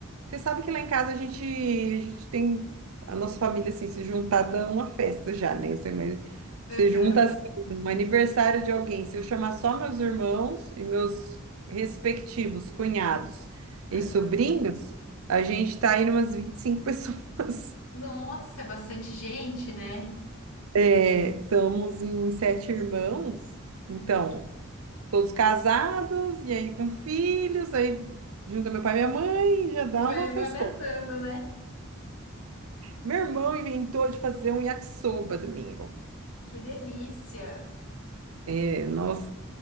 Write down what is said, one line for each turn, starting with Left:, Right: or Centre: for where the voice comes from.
Right: Você sabe que lá em casa a gente, a gente tem a nossa família assim se juntar dá uma festa já, né? Você, mas, você
Left: aham,
Right: junta assim um aniversário de alguém. Se eu chamar só meus irmãos e meus respectivos cunhados e
Left: aham.
Right: sobrinhos, a gente tá aí umas 25 <laughs> pessoas.
Left: Nossa, é bastante gente, né?
Right: É, estamos em sete irmãos, então,
Left: Uhum.
Right: todos casados, e aí com filhos, aí junta meu pai e minha mãe, já dá
Left: Vai
Right: uma
Left: vai
Right: festona.
Left: aumentando, né?
Right: Meu irmão inventou de fazer um yakisoba domingo.
Left: Que delícia.
Right: É, nós,